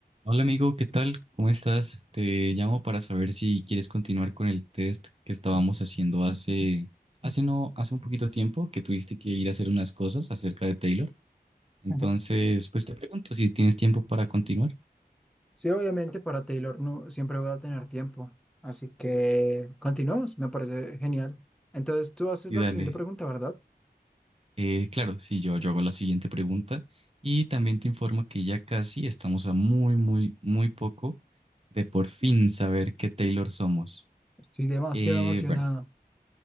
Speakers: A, on the right; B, in the centre.
A: Hola amigo, ¿qué tal? ¿Cómo estás? Te llamo para saber si quieres continuar con el test que estábamos haciendo hace, hace no, hace un poquito tiempo que tuviste que ir a hacer unas cosas acerca de Taylor. Entonces,
B: Ujú.
A: pues te pregunto si tienes tiempo para continuar.
B: Sí, obviamente para Taylor no siempre voy a tener tiempo, así que continuamos, me parece genial. Entonces tú haces
A: Y
B: la
A: dale,
B: siguiente pregunta, ¿verdad?
A: Eh, claro, sí, yo, yo hago la siguiente pregunta y también te informo que ya casi estamos a muy, muy, muy poco de por fin saber qué Taylor somos.
B: Estoy demasiado
A: Eh,
B: emocionado.
A: bueno.